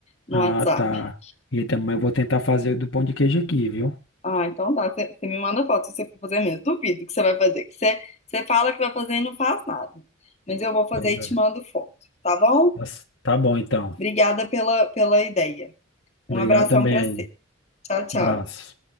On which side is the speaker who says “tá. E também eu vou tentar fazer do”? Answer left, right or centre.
Left